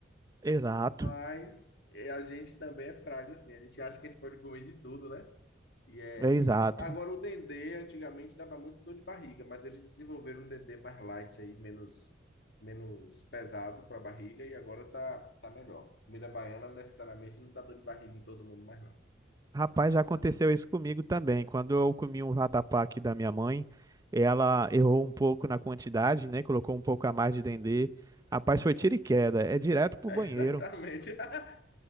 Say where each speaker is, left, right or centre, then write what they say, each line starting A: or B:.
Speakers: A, on the right; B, on the left.
A: Exato,
B: Mas é, a gente também é frágil assim. A gente acha que a gente pode comer de tudo, né? E é,
A: é exato.
B: e é. Agora, o dendê antigamente dava muito dor de barriga, mas eles desenvolveram um dendê mais light aí, menos, menos pesado para a barriga, e agora tá, tá melhor. Comida baiana necessariamente não dá dor de barriga em todo mundo mais, não.
A: Rapaz, já aconteceu isso comigo também. Quando eu comi um vatapá aqui da minha mãe, ela errou um pouco na quantidade, né? Colocou um pouco a mais de dendê. Rapaz, foi tiro e queda. É direto pro
B: <laughs> Exatamente.
A: banheiro.
B: <laughs>